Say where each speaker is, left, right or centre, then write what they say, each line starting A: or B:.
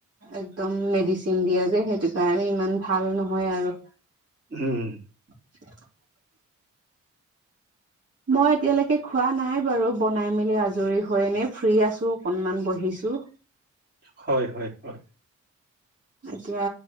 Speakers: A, on the right; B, on the right.
A: একদম মেডিচিন দিয়া যে সেইটো কাৰণে ইমান ভাল নহয় আৰু
B: উম।
A: <unintelligible> মই এতিয়ালৈকে খোৱা নাই বাৰু বনাই মেলি আজৰি হয় নে ফ্ৰী আছো অকনমান বহিছো। ছো
B: হয় হয় হয়।
A: এতিয়া